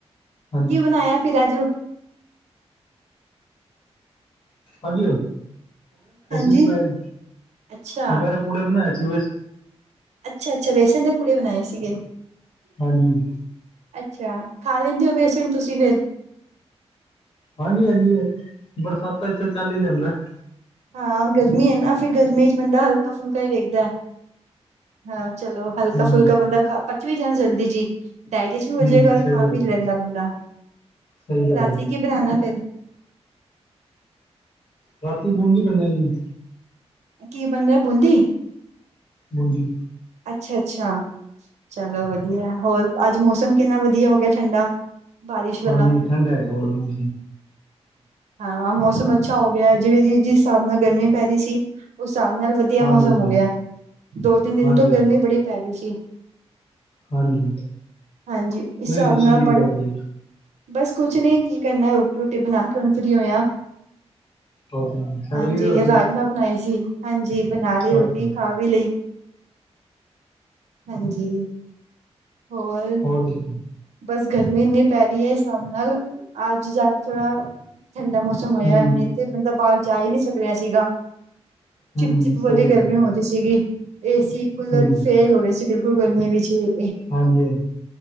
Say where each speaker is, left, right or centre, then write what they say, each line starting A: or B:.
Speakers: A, on the left (about 50°); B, on the right (about 85°).
A: ਹਾਂਜੀ
B: ਕੀ ਬਣਾਇਆ ਫਿਰ ਅੱਜ।
A: ਹਾਂਜੀ
B: ਹਾਂਜੀ
A: ਦੁਪਹਿਰੇ
B: ਅੱਛਾ
A: ਬੇਸਣ ਦੇ ਪੂੜੇ ਬਣਾਏ ਸੀ।
B: ਅੱਛਾ ਅੱਛਾ ਬੇਸਣ ਦੇ ਪੂੜੇ ਬਣਾਏ ਸੀਗੇ।
A: ਹਾਂਜੀ।
B: ਅੱਛਾ, ਤੁਸੀਂ ਬੇਸਣ ਖਾ ਲੈਂਦੇ ਹੋ ਫਿਰ।
A: ਹਾਂਜੀ ਹਾਂਜੀ ਬਰਸਾਤਾਂ ਵਿੱਚ ਤਾਂ ਚੱਲ ਹੀ ਜਾਂਦਾ ਹੈ।
B: ਹਾਂ ਗਰਮੀ ਹੈ ਨਾ, ਫਿਰ ਗਰਮੀ ਵਿੱਚ ਬੰਦਾ ਹਲਕਾ ਫੁਲਕਾ ਹੀ ਵੇਖਦਾ ਹੈ, ਹਾਂ ਚਲੋ।
A: ਹੂੰ
B: ਹਲਕਾ ਫੁਲਕਾ ਬੰਦਾ ਖਾ ਕੇ ਪਚਾ ਵੀ ਜਲਦੀ ਜਾਂਦਾ ਹੈ ਜੀ। ਡਾਇਜੈਸਟ ਵੀ ਹੋ
A: ਹੂੰ
B: ਜਾਏਗਾ ਫਿਰ,
A: ਸਹੀ
B: ਖਾ
A: ਗੱਲ
B: ਵੀ ਲੈਂਦਾ
A: ਹੈ,
B: ਬੰਦਾ,
A: ਸਹੀ ਗੱਲ
B: ਰਾਤੀਂ
A: ਹੈ
B: ਕੀ ਬਣਾਉਣਾ ਫਿਰ।
A: ਰਾਤੀਂ ਬੂੰਦੀ ਬਣੇਗੀ।
B: ਕੀ ਬਣਦਾ ਹੈ ਬੂੰਦੀ ਦਾ?
A: ਬੂੰਦੀ।
B: ਅੱਛਾ-ਅੱਛਾ ਚਲੋ ਵਧੀਆ, ਹੋਰ ਅੱਜ ਮੌਸਮ ਕਿੰਨਾ ਵਧੀਆ ਹੋ ਗਿਆ ਠੰਡਾ। ਬਾਰਿਸ਼ ਵਾਲਾ
A: ਹਾਂਜੀ ਠੰਡਾ ਹੈਗਾ।
B: ਹਾਂ ਮੌਸਮ ਅੱਛਾ ਹੋ ਗਿਆ, ਜਿਸ ਹਿਸਾਬ ਨਾਲ ਗਰਮੀ ਪੈ ਰਹੀ ਸੀ, ਉਸ ਹਿਸਾਬ ਨਾਲ। ਵਧੀਆ
A: ਹਾਂਜੀ
B: ਮੌਸਮ
A: ਹਾਂਜੀ
B: ਹੋ ਗਿਆ, ਦੋ-ਤਿੰਨ ਦਿਨ
A: ਹਾਂਜੀ
B: ਤੋਂ ਗਰਮੀ ਬੜੀ ਪੈ ਰਹੀ ਸੀ।
A: ਹਾਂਜੀ
B: ਹਾਂਜੀ, ਇਸ
A: ਤੁਸੀਂ
B: ਹਿਸਾਬ
A: ਦੱਸੋ
B: ਨਾਲ
A: ਕੀ
B: ਬੜਾ।
A: ਕਰ ਰਹੇ
B: ਬਸ ਕੁਝ ਨਹੀਂ, ਕੀ ਕਰਨਾ ਰੋਟੀ-ਰੂਟੀ ਬਣਾ ਕੇ ਹੁਣ ਫਰੀ ਹੋਏ ਆਂ।
A: ਹੋ ਛਕ
B: ਹਾਂਜੀ
A: ਲਈ ਰੋਟੀ
B: ਰਾਜਮਾ ਬਣਾਏ ਸੀ, ਹਾਂਜੀ ਬਣਾ ਲਈ ਰੋਟੀ
A: ਅੱਛਾ
B: ਖਾ ਵੀ ਲਈ। ਹਾਂਜੀ ਹੋਰ।
A: ਹੋਰ ਕੀ?
B: ਬਸ ਗਰਮੀ ਇੰਨੀ ਪੈ ਰਹੀ ਏ, ਹਿਸਾਬ ਨਾਲ ਅੱਜ ਜਾ ਕੇ ਥੋੜ੍ਹਾ ਠੰਡਾ ਮੌਸਮ ਹੋਇਆ।
A: ਹੂੰ
B: ਹੋਇਆ ਨਹੀਂ ਤੇ ਬੰਦਾ ਬਾਹਰ ਜਾ ਹੀ ਨਹੀਂ ਸਕ ਰਿਹਾ ਸੀ।
A: ਹੂੰ
B: ਚਿੱਪ-ਚਿੱਪ
A: ਸਹੀ
B: ਵਾਲੀ
A: ਗੱਲ
B: ਗਰਮੀ
A: ਹੈ
B: ਹੋ ਰਹੀ ਸੀ, ਏਸੀ-ਕੂਲਰ
A: ਹੂੰ,
B: ਫੇਲ ਹੋ ਰਹੇ ਸੀ, ਬਿਲਕੁਲ ਗਰਮੀ ਵਿੱਚ ਹੀ।
A: ਹਾਂਜੀ।